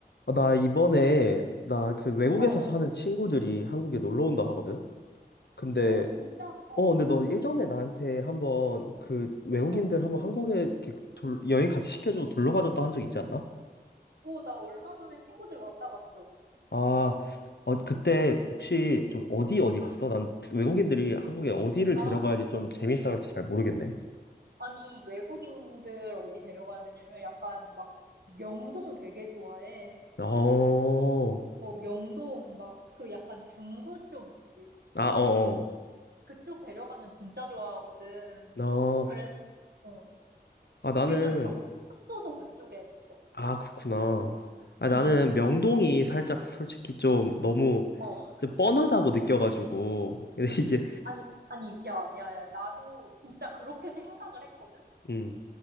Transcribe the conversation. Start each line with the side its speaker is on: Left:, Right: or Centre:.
Left: 아, 나 이번에 나 그 외국에서
Right: 어,
Left: 사는 친구들이 한국에 놀러 온다 하거든. 근데
Right: 오, 진짜? 어,
Left: 어 근데 너 예전에 나한테 한번 그 외국인들
Right: 어.
Left: 한번 한국에 이렇게 둘, 여행 같이 시켜주고 둘러봐줬다 한 적 있지 않나?
Right: 오, 나 얼마 전에 친구들 왔다 갔어.
Left: 아, 어, 그때 혹시 좀 어디 어디
Right: 응.
Left: 갔어? 난 외국인들이 한국에 어디를
Right: 아,
Left: 데려가야지 좀 재밌어 할지 잘 모르겠네.
Right: 아니, 외국인들 어디 데려가야 되냐면 약간 막 명동 되게 좋아해.
Left: 어,
Right: 어, 명동 막 그 약간 중구 쪽 있지.
Left: 아, 어,
Right: 그쪽 데려가면 진짜 좋아하거든.
Left: 어. 어,
Right: 그래서 어,
Left: 아, 나는
Right: 우리는 막 숙소도 그쪽에 했어.
Left: 아, 그렇구나. 아,
Right: 응.
Left: 나는 명동이 살짝 솔직히 좀 너무
Right: 어,
Left: 좀 뻔하다고 느껴가지고. <laughs> 근데 이게,
Right: 아니, 아니, 야, 야, 야, 나도 진짜 그렇게 생각을 했거든.
Left: 음,